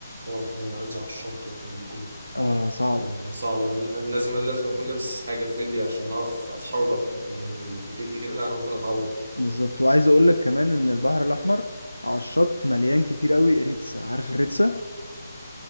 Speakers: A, on the right (about 45°); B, on the left (about 80°).
A: حوار ان انا انزل على الشط والكلام ده كله
B: اه صعبه
A: كان صعب انا أنا لازم لازم اكون لابس حاجه في رجلي عشان اعرف اتحرك لكن برجلي كده لا انا ممكن اتعور
B: بالظبط وعايز اقول لك كمان ان البحر الاحمر على الشط مليان كتير قوي ريتسا عارف الريتسا